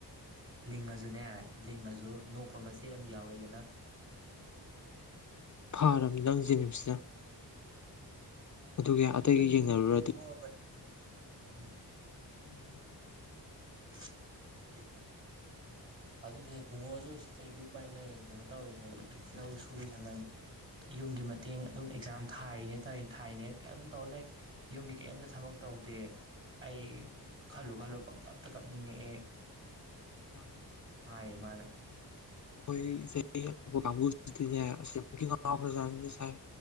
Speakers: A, on the right; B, on the left.
A: ꯂꯤꯡ ꯑꯗꯨꯅꯦ ꯂꯤꯡꯑꯁꯨ ꯅꯣꯛꯄ ꯃꯆꯦꯠ ꯑꯃꯗꯤꯝ ꯌꯥꯎꯔꯛꯏꯗꯅ
B: ꯐꯔꯕꯅꯤ ꯅꯪ ꯖꯦꯅꯤꯝꯁꯇ ꯑꯗꯨꯒ ꯑꯇꯩꯒ
A: ꯑꯩꯁꯨꯅꯦ
B: ꯌꯦꯡꯅꯔꯨꯔꯗꯤ
A: ꯄꯦꯟꯊꯣꯛꯑꯕꯅꯦ ꯎꯝ
B: ꯃꯥꯅꯦ ꯃꯥ
A: <unintelligible> ꯑꯗꯨꯅꯦ ꯄꯨꯡꯉꯣꯁꯨ ꯁꯤꯈꯩꯗꯤ ꯎꯄꯥꯏ ꯂꯩ ꯀꯩꯅꯣ ꯇꯧꯔꯤ ꯍꯥꯏ ꯂꯧ ꯁꯨꯔꯤ ꯁꯃꯟ ꯌꯨꯝꯒꯤ ꯃꯇꯦꯡ
B: ꯎꯝ
A: ꯑꯗꯨꯝ ꯑꯦꯛꯖꯥꯝ ꯊꯥꯏꯅꯦ ꯇꯧꯋ ꯊꯥꯏꯅꯦ ꯀꯝ ꯇꯧ ꯂꯩ ꯌꯨꯝꯒꯤ ꯀꯩꯝꯇ ꯊꯕꯛ ꯇꯧ ꯇꯧꯗꯦ ꯑꯩ
B: ꯎꯝ
A: ꯈꯜꯂꯨ ꯈꯜꯂꯨ ꯄꯪ ꯀꯞꯇ ꯀꯞꯅꯤꯡꯉꯛꯑꯦ
B: ꯃꯥ
A: ꯍꯥꯏꯃꯅ
B: ꯑꯩꯈꯣꯏ ꯆꯍꯤ ꯀꯥꯡꯕꯨꯅꯦꯖꯥ